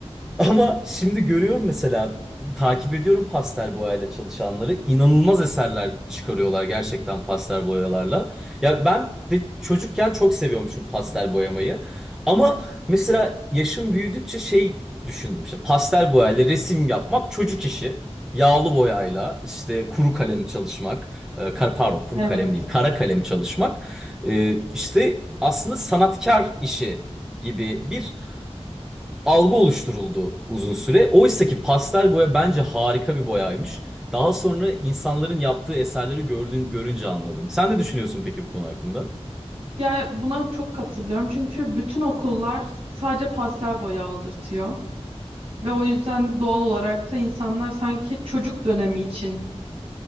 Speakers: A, in the centre; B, on the right.
A: Ama şimdi görüyorum mesela takip ediyorum pastel boyayla çalışanları. İnanılmaz eserler çıkarıyorlar gerçekten pastel boyalarla. Ya ben de çocukken çok seviyormuşum pastel boyamayı. Ama mesela yaşım büyüdükçe şey düşündüm işte pastel boyayla resim yapmak çocuk işi. Yağlı boyayla işte kuru kalem çalışmak, e, kar- pardon kuru
B: Evet.
A: kalem değil kara kalem çalışmak e, işte aslında sanatkar işi gibi bir algı oluşturuldu uzun süre. Oysa ki pastel boya bence harika bir boyaymış. Daha sonra insanların yaptığı eserleri gördüğün, görünce anladım. Sen ne düşünüyorsun peki bu konu hakkında?
B: Ya buna çok katılıyorum çünkü bütün okullar sadece pastel boya aldırtıyor ve o yüzden doğal olarak da insanlar sanki çocuk dönemi içinmiş